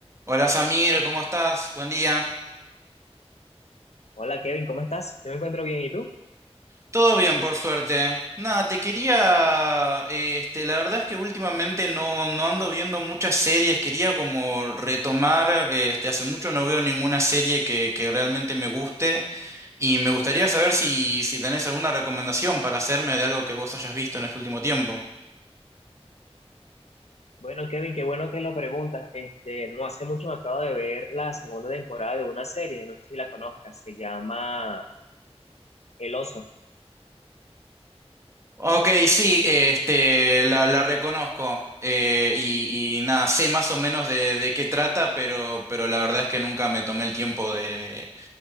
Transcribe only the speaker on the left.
Hola Kevin, ¿cómo estás? Yo me encuentro bien, ¿y tú?
Bueno, Kevin, qué bueno que lo preguntas. Este, no hace mucho me acabo de ver la segunda temporada de una serie, no sé si la conozcas, se llama El Oso.